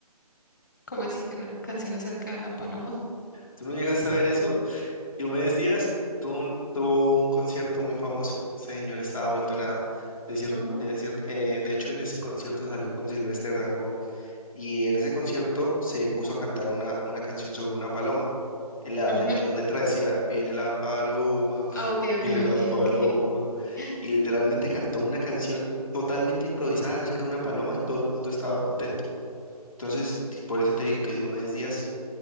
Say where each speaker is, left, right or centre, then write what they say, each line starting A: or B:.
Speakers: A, on the left; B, in the centre.
A: ¿Cómo así que una canción acerca de la paloma?
B: ¿Tú no llegas a ver eso? Diomedes Díaz tuvo un, tuvo un concierto muy famoso. Ese señor estaba vuelto nada. De, cier-
A: Ujú,
B: de cier- eh, de hecho, en ese concierto salió con Silvestre Dangond. y en ese concierto se puso a cantar una, una canción sobre una paloma. En la,
A: ujú.
B: en la letra decía, viene la paloma, <laughs>
A: Ah, ok, ok,
B: viene
A: ok,
B: la paloma,
A: ok. <laughs>
B: y literalmente cantó una canción totalmente improvisada acerca de una paloma y todo el mundo estaba contento. Entonces, di- por eso te digo que Diomedes Díaz